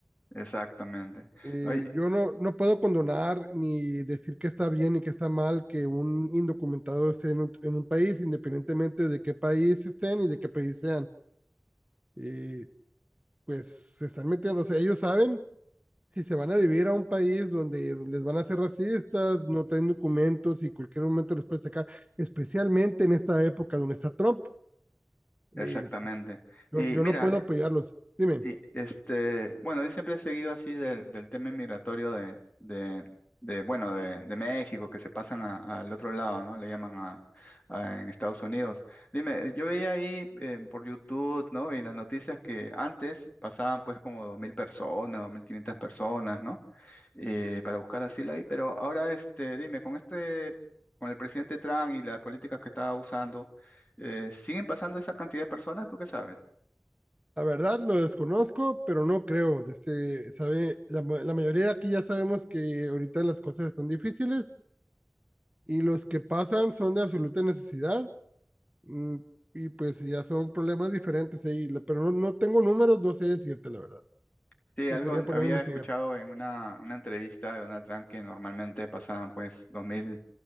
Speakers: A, on the left; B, on the right.
A: Exactamente.
B: Eh,
A: Oye,
B: yo no, no puedo condonar ni decir que está bien y que está mal que un indocumentado esté en un, en un país, independientemente de qué país estén y de qué país sean. Eh, pues se están metiendo, o sea, ellos saben si se van a vivir a un país donde les van a hacer racistas, no traen documentos y cualquier momento los pueden sacar, especialmente en esta época donde está Trump. Eh,
A: exactamente. Y
B: Yo, yo
A: mira,
B: no puedo apoyarlos. Dime,
A: Y este, bueno, yo siempre he seguido así del, del tema inmigratorio de, de, de, bueno, de, de México, que se pasan a- al otro lado, ¿no? Le llaman a, a- en Estados Unidos. Dime, yo veía ahí eh, por YouTube, ¿no? Y las noticias que antes pasaban pues como 2.000 personas, 2.500 personas, ¿no? eh, para buscar asilo ahí. Pero ahora, este, dime, con este, con el presidente Trump y las políticas que estaba usando, eh, ¿siguen pasando esa cantidad de personas? ¿Tú qué sabes?
B: la verdad lo desconozco, pero no creo. Este, sabe, la, ma- la mayoría de aquí ya sabemos que ahorita las cosas están difíciles y los que pasan son de absoluta necesidad mm, y pues ya son problemas diferentes ahí, la- pero no, no tengo números, no sé decirte la verdad.
A: Sí,
B: Me
A: algo
B: tenía que ponerme
A: había
B: a investigar.
A: escuchado en una, una entrevista de Donald Trump que normalmente pasaban pues 2.000